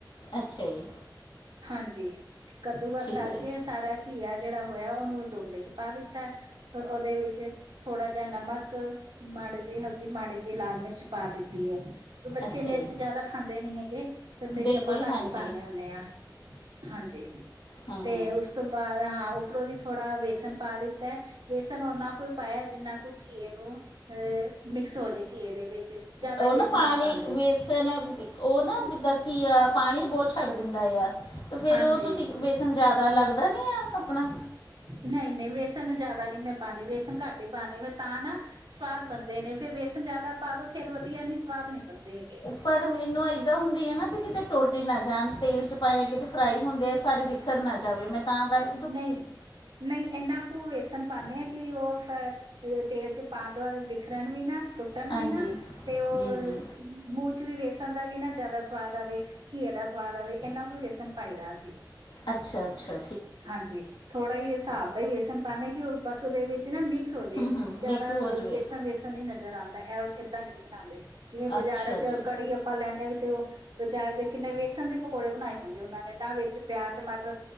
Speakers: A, on the left (about 75°); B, on the right (about 80°).
A: ਅੱਛਾ ਜੀ।
B: ਹਾਂਜੀ, ਕੱਦੂਕਸ
A: ਠੀਕ
B: ਕਰਕੇ ਸਾਰਾ ਘੀਆ ਜਿਹੜਾ ਹੋਇਆ, ਉਹਨੂੰ ਡੋਂਗੇ ਚ ਪਾ ਦਿੱਤਾ, ਫਿਰ ਉਹਦੇ ਵਿੱਚ ਥੋੜਾ ਜਿਹਾ ਨਮਕ, ਮਾੜੀ ਜਿਹੀ ਹਲਦੀ, ਮਾੜੀ ਜਿਹੀ ਲਾਲ ਮਿਰਚ ਪਾ ਦਿੱਤੀ ਏ। ਬੱਚੇ
A: ਅੱਛਾ
B: ਮਿਰਚ
A: ਜੀ
B: ਜਿਆਦਾ ਖਾਂਦੇ ਨੀ ਹੈਗੇ, ਫੇਰ ਮਿਰਚ
A: ਬਿਲਕੁਲ
B: ਆਪਾਂ ਘੱਟ
A: ਹਾਂਜੀ
B: ਹੀ ਪਾਨੇ ਹੁੰਨੇ ਆ। ਹਾਂਜੀ,
A: ਹਾਂ
B: ਤੇ ਉਸ ਤੋਂ ਬਾਅਦ ਹਾਂ ਉੱਪਰੋਂ ਦੀ ਥੋੜ੍ਹਾ ਵੇਸਨ ਪਾ ਦਿੱਤਾ ਬੇਸਨ ਓਨਾ ਕੁ ਈ ਪਾਇਆ, ਜਿੰਨਾ ਕੁ ਘੀਏ ਨੂੰ, ਅਹ ਮਿਕਸ ਹੋਜੇ ਘੀਏ ਦੇ ਵਿੱਚ। ਜ਼ਿਆਦਾ
A: ਉਹ
B: ਵੇਸਣ
A: ਨਾ ਪਾਣੀ,
B: ਨਹੀਂ ਪਾਉਂਦੇ
A: ਵੇਸਨ ਉਹ ਨਾ ਜਿੱਦਾਂ ਕੀ ਆ, ਪਾਣੀ ਬਹੁਤ ਛੱਡ ਦਿੰਦਾ ਆ, ਤੇ ਫੇਰ
B: ਹਾਂਜੀ
A: ਉਹ ਤੁਸੀਂ ਤੁਹਾਨੂੰ ਜ਼ਿਆਦਾ ਲੱਗਦਾ ਨੀ ਆ ਆਪਣਾ
B: ਨਹੀਂ-ਨਹੀਂ, ਵੇਸਣ ਜ਼ਿਆਦਾ ਨਹੀਂ ਮੈਂ ਪਾਂਦੀ, ਵੇਸਨ ਘੱਟ ਹੀ ਪਾਨੀ ਤਾਂ ਨਾ ਸਵਾਦ ਬਨਦੇ ਨੇ, ਫੇਰ ਬੇਸਨ ਜ਼ਿਆਦਾ ਪਾ ਦੋ ਫੇਰ ਵਧੀਆ ਨੀ ਸਵਾਦ ਨੀ ਬਨਦੇ ਹੈਗੇ।
A: ਪਰ, ਮੈਨੂੰ ਇੱਦਾਂ ਹੁੰਦੀ ਹੈ ਨਾ, ਵੀ ਕਿਤੇ ਟੁੱਟ ਹੀ ਨਾ ਜਾਨ, ਤੇਲ 'ਚ ਪਾਇਆ ਕਿਤੇ ਫਰਾਈ ਹੁੰਦੇ ਆ ਸਾਰੇ ਕਰਨਾ ਚਾਹਵੇ, ਮੈਂ ਤਾਂ ਕਰ
B: ਨਹੀਂ, ਨਹੀਂ, ਏਨਾਂ ਕੁ ਵੇਸਣ ਪਾਨੇ ਹਾਂ, ਕਿ ਉਹ ਫਰ ਤੇਲ ਚ ਪਾਨ ਤੋਂ ਬਾਅਦ ਬਿਖਰਨ ਵੀ ਨਾ ਟੁੱਟ ਟੁੱਟਣ
A: ਹਾਂਜੀ
B: ਵੀ ਨਾ ਤੇ ਉਹ
A: ਜੀ ਜੀ
B: ਮੂੰਹ ਚ ਵੀ ਵੇਸਣ ਦਾ ਵੀ ਨਾ ਜ਼ਿਆਦਾ ਸਵਾਦ ਆਵੇ ਘੀਏ ਦਾ ਸਵਾਦ ਆਵੇ, ਏਨਾਂ ਕੁ ਵੇਸਣ ਪਾਈ ਦਾ ਅਸੀਂ।
A: ਅੱਛਾ-ਅੱਛਾ
B: ਹਾਂਜੀ, ਥੋੜ੍ਹਾ ਜਿਹਾ ਹਿਸਾਬ ਦਾ ਹੀ ਬੇਸਣ ਪਾਦੇ ਆ ਕਿ ਉਹ ਬਸ ਉਹਦੇ ਵਿੱਚ ਉਹ ਨਾ ਮਿਕਸ ਹੋਜੇ,
A: ਹੂੰ ਹੂੰ
B: ਜ਼ਿਆਦਾ
A: ਮਿਕਸ ਹੋ ਜਵੇ
B: ਵੇਸਣ-ਵੇਸਣ ਨਹੀ ਨਜ਼ਰ ਆਂਦਾ, ਇਹ ਏਦਾਂ ਨਹੀਂ ਬਨਾਂਦੇ। ਜਿਵੇਂ ਬਾਜ਼ਾਰਾਂ
A: ਅੱਛਾ
B: ਚ
A: ਜੀ
B: ਕੜੀ ਆਪਾਂ ਲੈਂਨੇ ਆ ਤੇ ਉਹ ਬਜ਼ਾਰ ਦੇ ਕਿੰਨੇ ਵੇਸਣ ਦੇ ਪਕੌੜੇ ਬਣਾਏ ਹੁੰਦੇ ਉਹਨਾਂ ਨੇ ਨਾ ਵਿੱਚ ਪਿਆਜ ਟਮਾਟਰ